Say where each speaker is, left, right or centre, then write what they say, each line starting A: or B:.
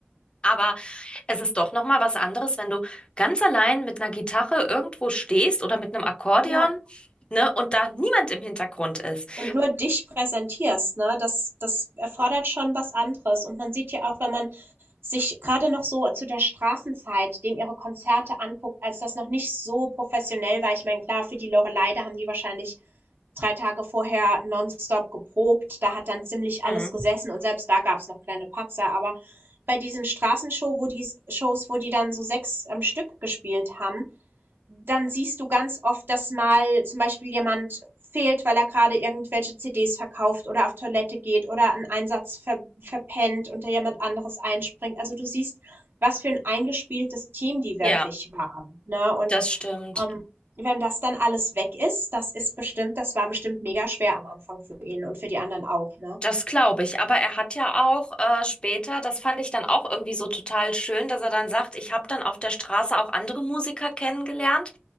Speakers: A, on the left (about 25°); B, on the right (about 65°).
A: Aber es ist doch noch mal was anderes, wenn du ganz allein mit einer Gitarre irgendwo stehst oder mit einem Akkordeon,
B: Ja.
A: ne, und da niemand im Hintergrund ist. Ä-
B: und nur dich präsentierst, ne, das, das erfordert schon was anderes. Und man sieht ja auch, wenn man sich gerade noch so zu der Straßenzeit, den ihre Konzerte anguckt, als das noch nicht so professionell war. Ich meine, klar, für die Lorelei, da haben die wahrscheinlich drei Tage vorher nonstop geprobt. Da hat dann ziemlich alles
A: Mhm.
B: gesessen und selbst da gab's noch kleine Patzer. Aber bei diesen Straßenshow, wo die Shows, wo die dann so sechs am Stück gespielt haben, dann siehst du ganz oft, dass mal zum Beispiel jemand fehlt, weil er gerade irgendwelche CDs verkauft oder auf Toilette geht oder einen Einsatz ver verpennt und da jemand anderes einspringt. Also du siehst, was für ein eingespieltes Team die wirklich
A: Ja,
B: waren. Ne? Und
A: das stimmt.
B: ähm, wenn das dann alles weg ist, das ist bestimmt, das war bestimmt mega schwer am Anfang für ihn und für die anderen auch. Ne?
A: Das glaube ich, aber er hat ja auch äh, später, das fand ich dann auch irgendwie so total schön, dass er dann sagt, ich habe dann auf der Straße auch andere Musiker kennengelernt